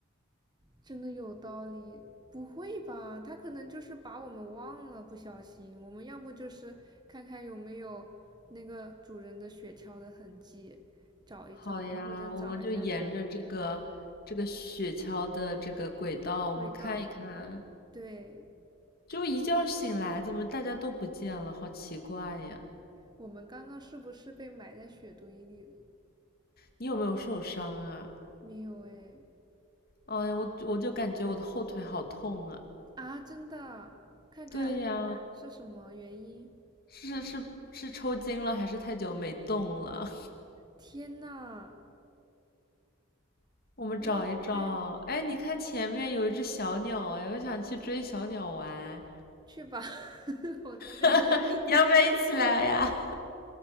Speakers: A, on the right; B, on the left.
A: 真的有道理，不会吧？他可能就是把我们忘了，不小心。我们要不就是看看有没有那个主人的雪橇的痕迹，找一找，
B: 好呀，
A: 然后或者找一下它的味道。
B: 我们就沿着这个这个雪橇的这个轨道，我们看一看。
A: 味道，对，
B: 就一觉醒来，怎么大家都不见了？好奇怪呀！
A: 我们刚刚是不是被埋在雪堆里了？
B: 你有没有受伤啊？
A: 没有哎，
B: 哎呀，我我就感觉我的后腿好痛啊！
A: 啊，真的，看看看看是什么原因？
B: 对呀，是是是抽筋了，还是太久没动了？
A: 天呐，
B: <laughs> 我们找一找。
A: 你有还
B: 哎，你看前面有一只小鸟，哎，我想去追小鸟玩。
A: 去吧，<laughs> 我在这等你。
B: <laughs> 你要不要一起来呀？